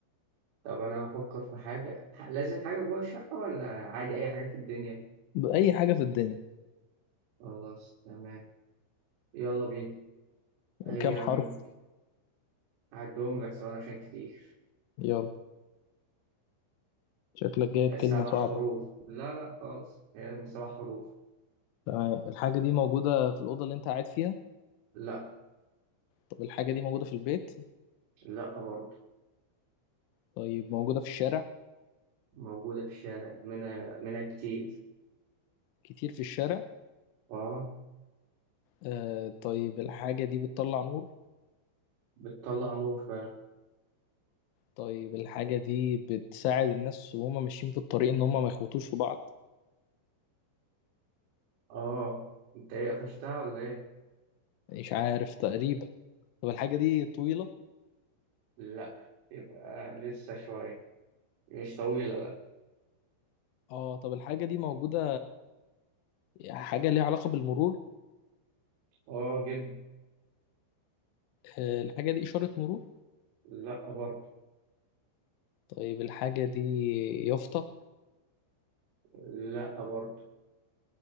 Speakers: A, on the right; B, on the left.
A: طب أنا هفكر في حاجة ح- لازم حاجة جوه الشقة ولا عادي أي حاجة في الدنيا
B: بأي حاجة في الدنيا
A: خلاص تمام يلا بينا هي
B: كام حرف
A: من هعدهم لك سؤال عشان كتير
B: يلا شكلك جايب كلمة
A: سبع
B: صعبة
A: حروف لا لا خالص هي من سبع حروف
B: تمام الحاجة دي موجودة في الأوضة اللي أنت قاعد فيها
A: لا
B: طب الحاجة دي موجودة في البيت
A: لا برضه
B: طيب موجودة في الشارع
A: موجودة في الشارع منها منها كتير
B: كتير في الشارع
A: اه
B: آه طيب الحاجة دي بتطلع نور
A: بتطلع نور فعلا
B: طيب الحاجة دي بتساعد الناس وهم ماشيين في الطريق إن هم ما يخبطوش في بعض
A: اه انت ايه قفشتها ولا ايه؟
B: مش عارف تقريبا طب الحاجة دي طويلة
A: لا يبقى لسه شوية مش طويلة لا
B: اه طب الحاجة دي موجودة حاجة ليها علاقة بالمرور
A: اه جدا
B: آه الحاجة دي إشارة مرور
A: لا برضه
B: طيب الحاجة دي يافطة
A: لا برضه